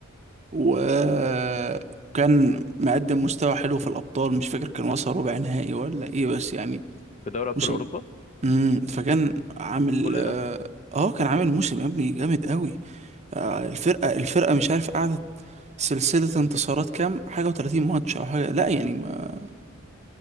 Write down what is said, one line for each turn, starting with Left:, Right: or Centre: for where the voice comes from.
Right: وكان مقدم مستوى حلو في الأبطال مش فاكر كان وصل ربع نهائي ولا إيه بس يعني
Left: في دوري ابطال
Right: موسم
Left: اوروبا
Right: مم. فكان عامل
Left: كل
Right: آه
Left: ده
Right: آه، كان عامل موسم يا ابني جامد قوي آه الفرقة الفرقة مش عارف قعدت سلسلة انتصارات كام حاجة و30 ماتش أو حاجة لا يعني ما